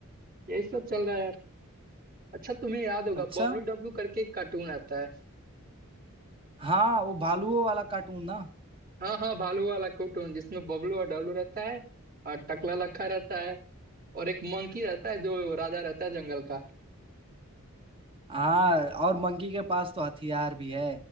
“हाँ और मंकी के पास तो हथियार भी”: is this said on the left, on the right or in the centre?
Right